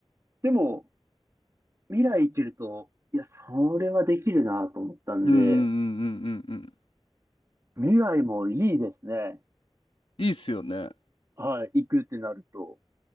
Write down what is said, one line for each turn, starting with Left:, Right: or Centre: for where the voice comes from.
Right: でも、未来行けると、いや、それはできるなと思ったんで、
Left: うんうんうんうんうんうん。
Right: 未来もいいですね。
Left: いいっすよね。
Right: はい、行くってなると。